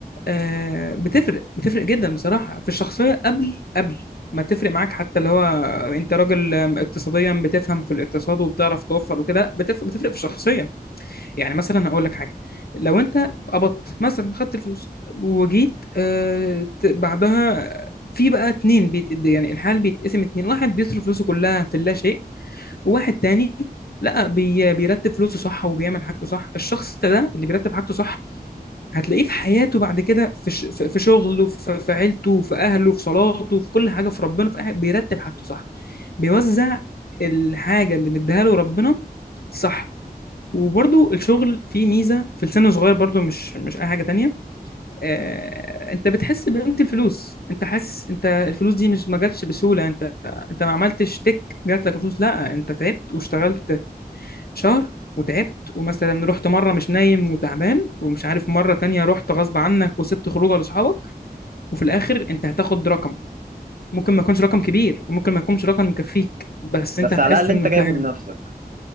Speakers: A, on the left; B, on the right.
A: آه، بتفرق بتفرق جدا بصراحه في الشخصيه قبل قبل ما تفرق معاك حتى اللي هو انت راجل آه، اقتصاديا بتفهم في الاقتصاد وبتعرف توفر وكده لا بتفرق بتفرق في الشخصيه يعني مثلا هقول لك حاجه لو انت قبضت مثلا خدت الفلوس وجيت آه ت- بعدها في بقى اتنين بيت يعني الحال بيتقسم اتنين واحد بيصرف فلوسه كلها في اللا شيء وواحد تاني لا بي بيرتب فلوسه صح وبيعمل حاجته صح الشخص ده اللي بيرتب حاجته صح هتلاقيه في حياته بعد كده في ش... في في شغله في... في عيلته في اهله في صلاته في كل حاجه في ربنا في أه... بيرتب حاجته صح بيوزع الحاجه اللي مديها له ربنا صح وبرضو الشغل فيه ميزة في السن الصغير برضو مش مش أي حاجة تانية آه، أنت بتحس بقيمة الفلوس أنت حاسس أنت الفلوس دي مش ما جاتش بسهولة أنت أنت ما عملتش تك جات لك فلوس لا أنت تعبت واشتغلت شهر وتعبت ومثلا رحت مرة مش نايم وتعبان ومش عارف مرة تانية رحت غصب عنك وسبت خروجه لأصحابك وفي الآخر أنت هتاخد رقم ممكن ما يكونش رقم كبير وممكن ما يكونش رقم مكفيك بس
B: بس
A: أنت هتحس
B: على الأقل انت
A: إنه
B: جايبه
A: فعلا
B: بنفسك